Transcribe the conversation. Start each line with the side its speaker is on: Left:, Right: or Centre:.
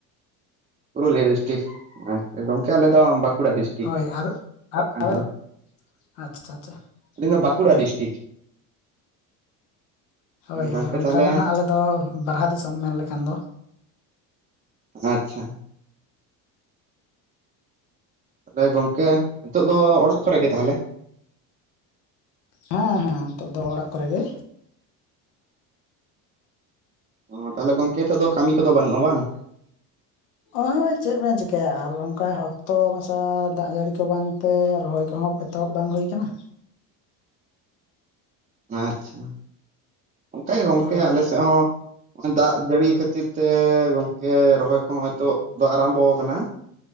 Right: ᱯᱩᱨᱩᱞᱤᱭᱟᱹ ᱰᱤᱥᱴᱤᱠ ᱟᱪᱪᱷᱟ ᱜᱚᱝᱠᱮ ᱟᱞᱮᱚ ᱫᱚ ᱵᱟᱸᱠᱩᱲᱟ ᱰᱤᱥᱴᱤᱠ᱾
Left: ᱦᱳᱭ ᱟᱨ <unintelligible>
Right: ᱯᱟᱲᱟᱜ ᱠᱟᱱ
Left: ᱟᱪᱪᱷᱟ ᱟᱪᱪᱷᱟ᱾
Right: ᱟᱞᱤᱧ ᱫᱚ ᱵᱟᱠᱩᱲᱟ
Left: ᱦᱳᱭ
Right: ᱰᱤᱥᱴᱤᱠ᱾
Left: ᱦᱳᱭ
Right: ᱜᱚᱝᱠᱮ
Left: ᱦᱳᱭ ᱚᱱᱠᱟ
Right: ᱛᱟᱦᱚᱞᱮ
Left: ᱫᱚ ᱱᱟᱦᱟᱜ ᱟᱞᱮ ᱫᱚ ᱵᱟᱨᱦᱟ ᱫᱤᱥᱚᱢ ᱢᱮᱱ ᱞᱮᱠᱷᱟᱱ ᱫᱚ᱾
Right: ᱟᱪᱪᱷᱟ᱾ ᱛᱟᱞᱦᱮ ᱜᱚᱝᱠᱮ ᱱᱤᱛᱚᱜ ᱫᱚ ᱚᱲᱮᱡ ᱠᱚᱨᱮ ᱜᱮ ᱛᱟᱦᱚᱞᱮ?
Left: ᱦᱮᱸ ᱦᱮᱸ ᱱᱤᱛᱚᱜ ᱫᱚ ᱚᱲᱟᱜ ᱠᱚᱨᱮ ᱜᱮ᱾
Right: ᱚ ᱛᱟᱞᱦᱮ ᱜᱚᱝᱠᱮ ᱦᱤᱛᱚᱜ ᱫᱚ ᱠᱟᱹᱢᱤ ᱠᱚᱫᱚ ᱵᱟᱹᱱᱩᱜᱼᱟ ᱵᱟᱝ?
Left: ᱚᱭ ᱦᱳᱭ ᱪᱮᱫ ᱵᱮᱱ ᱪᱮᱤᱠᱟᱹᱭᱟ ᱟᱨ ᱚᱱᱠᱟ ᱚᱠᱛᱚ ᱢᱟᱪᱷᱟ ᱫᱟᱜ ᱡᱟᱹᱲᱤ ᱠᱚ ᱵᱟᱝ ᱛᱮ ᱨᱚᱦᱚᱭ ᱠᱚᱦᱚᱸ ᱮᱛᱚᱦᱚᱵ ᱵᱟᱝ ᱦᱩᱭ ᱟᱠᱟᱱᱟ᱾
Right: ᱟᱪᱪᱷᱟ ᱚᱝᱠᱟ ᱜᱮ ᱜᱚᱝᱠᱮ
Left: ᱦᱳᱭ
Right: ᱟᱞᱮ ᱥᱮᱫ ᱦᱚᱸ ᱱᱚᱜ-ᱚᱭ ᱫᱟᱜ ᱡᱟᱹᱲᱤ ᱠᱷᱟᱹᱛᱤᱨ ᱛᱮ ᱜᱚᱝᱠᱮ ᱨᱚᱦᱚᱭ ᱠᱚᱦᱚᱸ ᱦᱤᱛᱚᱜ ᱫᱚ ᱟᱨᱟᱢᱵᱚᱣ ᱟᱠᱟᱱᱟ᱾